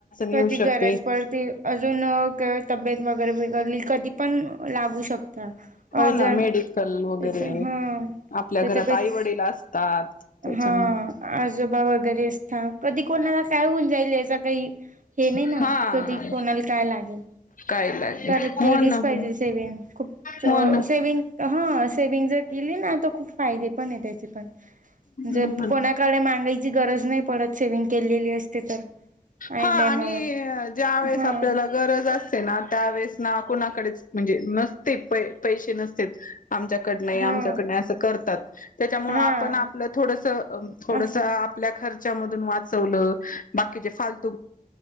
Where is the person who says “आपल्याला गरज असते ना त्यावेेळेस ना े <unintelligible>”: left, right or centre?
Left